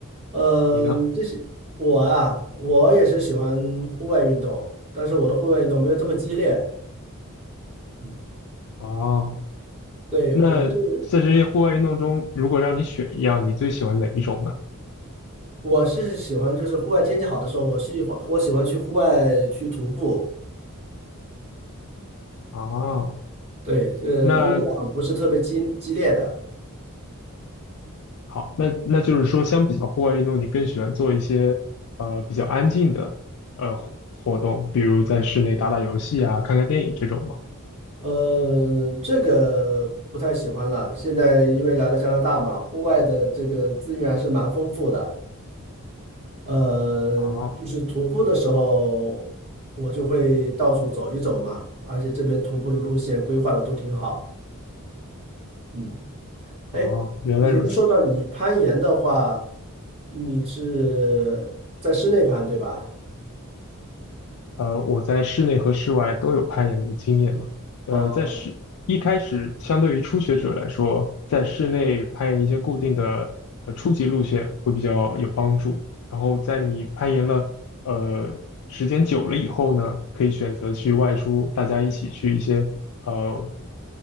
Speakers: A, on the right; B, on the left.
A: 呃，
B: 你呢？
A: 这些我啊，我也是喜欢户外运动，但是我的户外运动没有这么激烈。嗯，
B: 啊，
A: 对，
B: 那在这些户外运动中，
A: 我是
B: 如果让你选一样，你最喜欢哪一种呢？
A: 我是喜欢，就是户外天气好的时候，我喜欢我喜欢去户外去徒步。
B: 啊，
A: 对，呃，
B: 那
A: 运动量不是特别激激烈的，
B: 好，那那就是说，相比较户外运动，你更喜欢做一些呃比较安静的呃活活动，比如在室内打打游戏啊、看看电影这种吗？
A: 呃，这个不太喜欢了。现在因为来到加拿大嘛，户外的这个资源还是蛮丰富的。呃，
B: 啊
A: 就是徒步的时候，我就会到处走一走嘛，而且这边徒步的路线规划的都挺好。嗯，
B: 啊，
A: 哎，
B: 原来如此。
A: 你前面说到你攀岩的话，你是在室内攀对吧？
B: 呃，我在室内和室外都有攀岩的经验嘛。呃，
A: 哦
B: 在室一开始，相对于初学者来说，在室内攀岩一些固定的呃初级路线会比较有帮助。然后在你攀岩了呃时间久了以后呢，可以选择去外出，大家一起去一些呃